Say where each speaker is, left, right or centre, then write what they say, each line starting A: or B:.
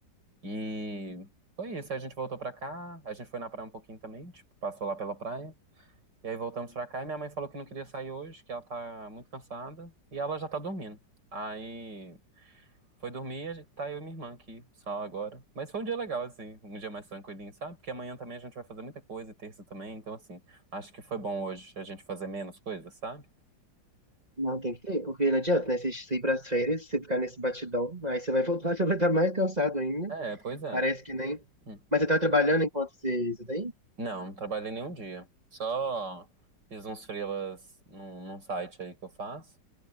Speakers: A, on the right; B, on the right.
A: E foi isso. Aí a gente voltou pra cá, a gente foi na praia um pouquinho também, tipo, passou lá pela praia. E aí voltamos pra cá e minha mãe falou que não queria sair hoje, que ela tá muito cansada, e ela já tá dormindo. Aí Foi dormir, a gente- tá eu e minha irmã aqui, só agora. Mas foi um dia legal, assim, um dia mais tranquilinho, sabe? Porque amanhã também a gente vai fazer muita coisa, e terça também, então, assim, acho que foi bom hoje a gente fazer menos coisas, sabe?
B: Não, tem que ter, porque não adianta, né? Você você ir pras férias, você ficar nesse batidão, aí você vai voltar, <laughs> você vai estar mais cansado ainda.
A: É, pois é.
B: Parece que nem.
A: Hum.
B: Mas você tá trabalhando enquanto você, você tá aí?
A: Não, não trabalhei nenhum dia. Só fiz uns freelas num, num site aí que eu faço.